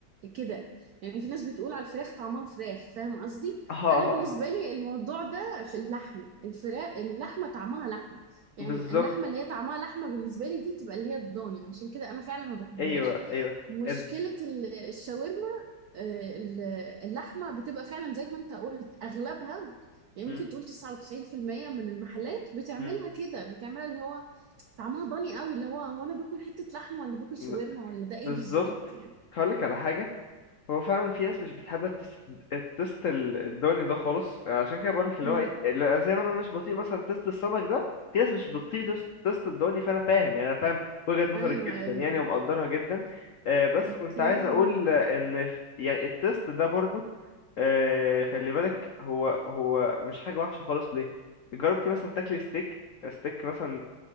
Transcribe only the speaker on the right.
كده يعني في ناس بتقول على الفراخ طعمها فراخ فاهم قصدي
انا بالنسبة
لي الموضوع ده في اللحمة الفراخ اللحمة طعمها لحمة يعني
اللحمة اللي هي طعمها لحمة بالنسبة لي دي بتبقى اللي هي الضاني عشان كده انا فعلا ما بحبهاش
مشكلة
ال- الشاورما آه، ال- اللحمة بتبقى فعلا زي ما انت قلت اغلبها يعني
ممكن تقول 99% من المحلات بتعملها
كده بتعملها اللي هو طعمها ضاني قوي اللي هو هو انا باكل حتة لحمة ولا باكل شاورما
ولا ده ايه
بالظبط يعني
مم.
ايوه
ايوه
اوكي